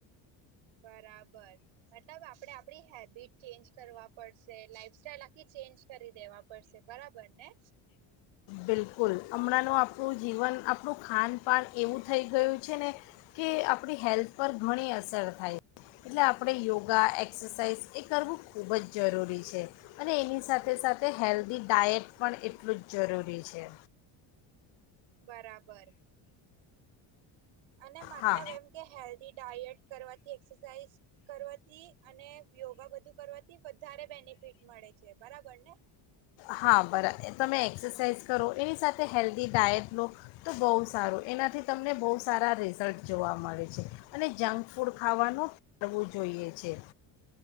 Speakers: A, on the right; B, on the left.
A: બરાબર, મતલબ આપડે આપડી હેબિટ ચેન્જ કરવા પડશે. લાઈફસ્ટાઈલ આખી ચેન્જ કરી દેવા પડશે. બરાબર ને?
B: બિલકુલ. હમણાનું આપણું જીવન આપ ણું ખાનપાન એવું થઈ ગયું છે ને કે આપણી હેલ્થ પર ઘણી અસર થાય. એટલે આપણે યોગ ગ એક્સસઇઝ એ કરવું ખૂબ જ જરૂરી છે અને એની સાથે સાથે હેલ્ધી ડાયટ પણ એટલું જ જરૂરી છે
A: બરાબર અને મતલબ
B: હા
A: એમ કે હેલ્ધ ડાયટ કરવાથી એક્સરસાઇઝ કરવા થી અને યોગા બધું કરવાથી વધારે બેનિફિટ મળે છે બરાબર ને
B: હા બરાબર તમે એક્સરસાાઈઝ કરો એની સાથે હેલ્ધી ડાયટ લો તો બહુ સારું એનાથી તમને બહુ સારા રિઝલ્ટ જોવા મળે છે અને જંક ફૂડ ખાવાનું કરવું જોઈએ છે.